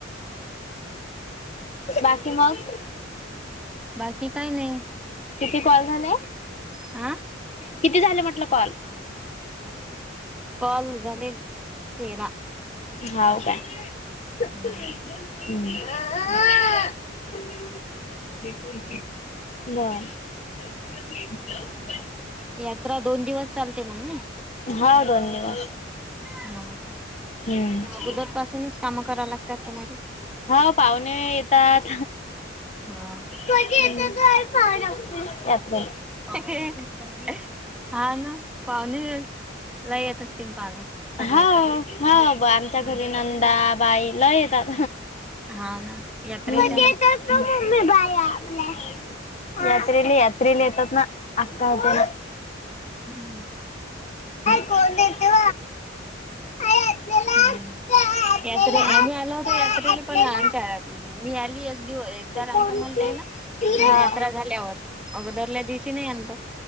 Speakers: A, on the left (about 35°); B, in the centre.
A: बाकी मग
B: बाकी काय नाही.
A: किती कॉल झाले
B: आ
A: किती झाले म्हटलं कॉल
B: कॉल झाले तेरा
A: हाव काय अ,
B: हम्म
A: ना
B: ती यात्रा दोन दिवस चालते मग मी
A: हा दोन दिवस
B: हाव का
A: हम्म.
B: मग अगोदर पासूनच कामं करावं लागतात तुम्हाले.
A: हो पाहुणे येतात.
B: हा
A: कधी येतील काय पाहुणे मम्मे रात्री
B: तुमच्या घरी हा ना पाहुणे लय येत असतील पाहुणे. सगळेच.
A: हा हा ब आमच्या
B: हम्म
A: घरी नंदा बाई लय येतात
B: हा ना यात्रेच्या
A: कधी
B: ना
A: येतात गं मम्मे बाई आपल्या यात्रेले यात्रेला येतात ना आक्का त्या.
B: हम्म
A: कोण येतो आपल्याला
B: हम्म
A: अक्का आपल्याला
B: यात्रे आम्ही
A: अक्का
B: आलो होतो यात्रेला
A: आपल्याला
B: पण आमच्या मी आली एक दिवस एकदा
A: कोणते
B: रांतलं म्हणते ना
A: हा.
B: आणि यात्रा झाल्यावर अगोदरल्या दिवशी. ती नाही आणतो.